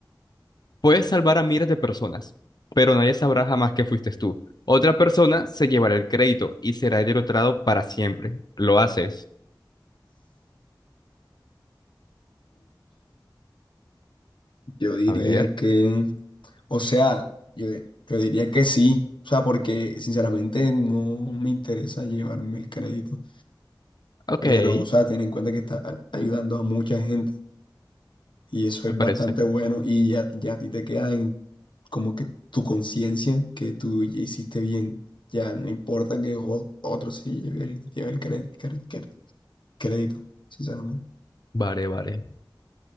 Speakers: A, on the left (about 55°); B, on the left (about 75°).
A: puedes salvar a miles de personas, pero nadie sabrá jamás que fuiste tú. Otra persona se llevará el crédito y será derrotado para siempre. Lo haces.
B: Yo diría
A: A ver.
B: que, o sea, yo, yo diría que sí, o sea, porque sinceramente no me interesa llevarme el crédito,
A: Ok,
B: pero,
A: me
B: o sea, ten en cuenta que está a- ayudando a mucha gente y eso es bastante
A: parece.
B: bueno y ya, ya a ti te queda en como que tu conciencia que tú ya hiciste bien, ya no importa que o- otro se lleve el, lleve el cre- cre- cre- crédito, sinceramente.
A: Vale, vale.